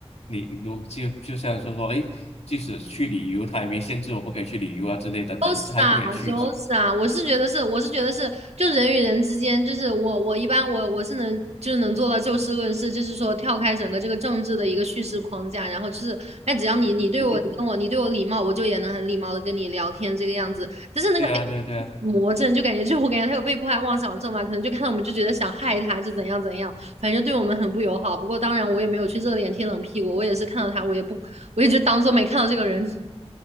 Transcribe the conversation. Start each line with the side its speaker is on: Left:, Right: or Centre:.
Left: 你如就就像是说，诶，即使去旅游，他也没限制我不可以去旅游啊之类等等，
Right: 是啊，
Left: 这还可以去一次。
Right: 都傻是啊，我是觉得是，我是觉得是，就人与人之间，就是我我一般我我是能就是能做到就事论事，就是说跳开整个这个政治的一个叙事框架，然后就是，哎，只要你你对我你跟我你对我礼貌，
Left: <laughs>
Right: 我就也能很礼貌的跟你聊天这个样子。但是那个哎
Left: 对啊对啊，
Right: 魔怔，就感觉就我感觉他有被迫害妄想症嘛，可能就看到我们就觉得想害他，就怎样怎样，反正对我们很不友好。不过当然我也没有去热脸贴冷屁股，我也是看到他，我也不我也就当做没看到这个人。